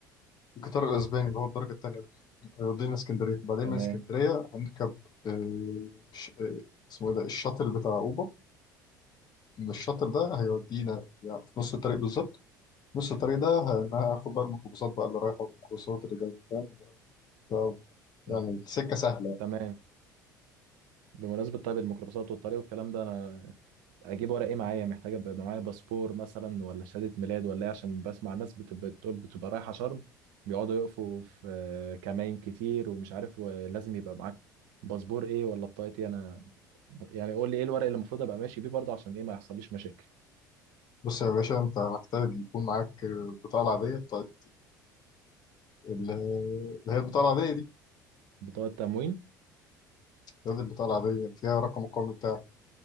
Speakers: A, on the left; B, on the right.
A: الجيتار الاسباني اللي هو الدرجه الثانيه ده هيودينا اسكندريه بعدين
B: تمام
A: من اسكندريه هنركب آه، ش- آه، اسمه ايه ده الشاطئ بتاع اوبا من الشاطئ ده هيودينا يعني في نص الطريق بالظبط نص الطريق ده هناخد بقى الميكروباصات بقى اللي رايحه والميكروباصات اللي جايه فاهم ف- يعني
B: طب.
A: سكه سهله يعني
B: تمام بمناسبة طيب الميكروباصات والطريق والكلام ده أنا أجيب ورق إيه معايا محتاج أبقى معايا باسبور مثلا ولا شهادة ميلاد ولا إيه عشان بسمع الناس بتبقى بتقول بتبقى رايحة شرم بيقعدوا يقفوا في آه، كمائن كتير ومش عارف ولازم يبقى معاك باسبور إيه ولا بطاقة إيه أنا يعني قول لي ايه الورق اللي المفروض ابقى ماشي بيه برضه عشان ايه ما يحصليش مشاكل
A: بص يا باشا انت محتاج يكون معاك آه، البطاقه العاديه بتاعت ال- اللي هي البطاقه العاديه دي
B: بطاقة تموين
A: هذه البطاقه العاديه اللي فيها رقم القومي بتاعك